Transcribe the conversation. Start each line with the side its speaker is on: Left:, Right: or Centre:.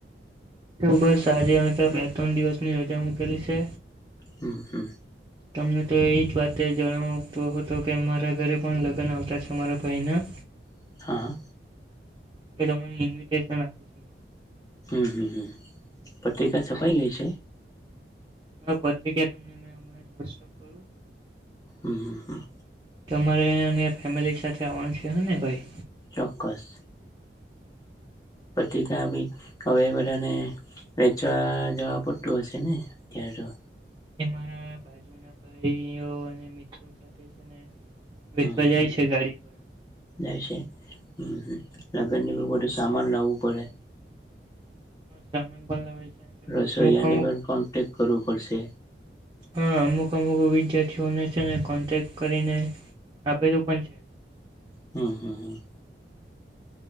Right: <inaudible> બે ત્રણ દિવસની રજા મૂકેલી સે.
Left: હમ્મ હમ્મ
Right: તમને તો એ જ વાતે જણાવતો હતો કે મારા ઘરે પણ લગન આવતા છે મારા ભાઈના
Left: <inaudible> હા
Right: એ તમને ઇન્વિટેશન આપું છું.
Left: હમ્મ, હમ્મ, હમ્મ પત્રિકા સપાઈ ગઈ છે?
Right: હા પત્રિકા તમને મે હમણાં જ વોટ્સઅપ કરું.
Left: હમ હમ હ
Right: તમારે અને ફેમિલી સાથે આવવાનું છે હ ને ભાઈ!
Left: ચોક્કસ. પત્રિકા ભી હવે બધાને વેચવા જવા પડતું હશે ને અત્યારે. તો
Right: એ મારા બાજુ ના ભાઈઓ અને મિત્રો સાથે છે ને વેચવા
Left: હમ
Right: જાય છે ગાડી પર એમ
Left: જાય છે હમ હ લગન ની બ બધું સામાન લાવવું પડે.
Right: સામાન પણ લવાય છે. તેમજ
Left: રસોઇયાને
Right: અમુક અમુક
Left: પણ કોન્ટેક્ટ કરવું પડશે.
Right: હા અમુક અમુક વિદ્યાર્થીઓને છે ને કોન્ટેક્ટ કરીને આપેલું પણ છે.
Left: હમ્મ, હમ્મ, હમ્મ.